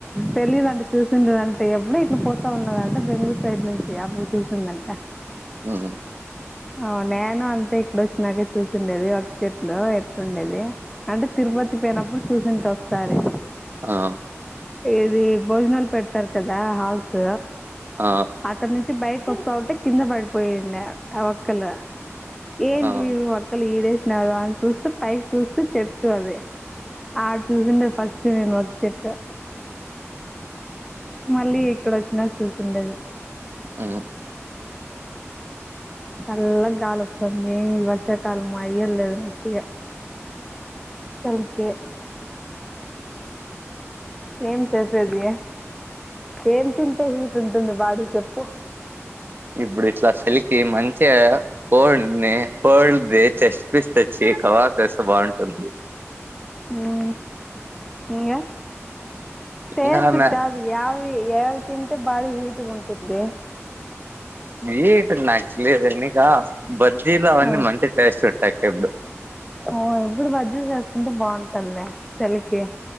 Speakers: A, in the centre; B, on the right.
A: తెలీదంట చూసిండదంట ఎప్పుడు ఇట్లా పోతా ఉన్నదంటే బెంగళూరు సైడ్ నుంచి అప్పు చూసి స్తుందంట
B: ఊ
A: ఆ నేను అంతే ఇక్కడ వచ్చినాకే చూసిండేది ఒక చెట్లో ఎట్లుండేది అంటే తిరుపతి పోయినప్పుడు చూసింట ఒకసారి
B: ఆ
A: ఇది భోజనాలు పెడతారు కదా హాల్స్
B: ఆ
A: అక్కడ నుంచి బయటకు వస్తా ఉంటే కింద పడిపోయింది ఆ ఒక్కలు ఏంటి
B: ఆ ఆ
A: ఒక్కళ ఈడేసినారు అని చూస్తే పైకి చూస్త చెట్టు అదే ఆడ్ చూసిండే ఫస్ట్ నేను ఒక చెట్ట మళ్ళీ ఇక్కడ వచ్చినాక చూసిండేది
B: ఊ
A: చల్ల గాలు వస్తుంది వర్షాకాలం అయ్యల్ లేదు నాకు ఇగ చలికి ఏం చేసేది ఏం తింటే హీట్ ఉంటుంది బాడీ చెప్పు
B: ఇప్పుడు ఇట్లా సలికి మంచిగా పోల్ ని పోల్ ద చెస్ట్ పస్ తెచ్చి కవాస్త బాగుంటుంది
A: ఊ ఇంగ పెసు
B: ఇంకా
A: కాదు ఇ యావి ఏవి తింటే బాడి హీట్గా ఉంటది
B: వీటు నకిలిన్నికా బజ్జీలో అవన్నీ
A: ఆ
B: మంచి టేస్ట్ ఇట్టాక కెబులు
A: ఓ ఇప్పుడు బజ్జీ చేసుకుంటే బాగుంటందిలే చెలికి